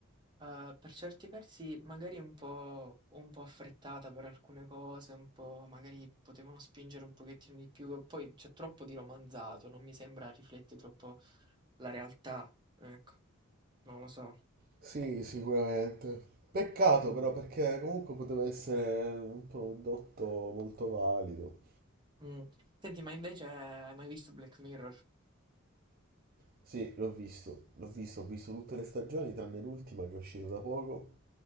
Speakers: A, on the right; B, on the right.
A: eh, per certi versi magari un po', un po' affrettata per alcune cose, un po' magari potevano spingere un pochettino di più, poi c'è troppo di romanzato, non mi sembra riflette troppo la realtà, ecco, non lo so.
B: Sì, sicuramente. Peccato
A: Mm,
B: però perché comunque poteva essere un prodotto molto valido.
A: mm. Senti, ma invece hai mai visto Black Mirror?
B: Sì, l'ho visto, l'ho visto, ho visto tutte le stagioni tranne l'ultima che è uscita da poco.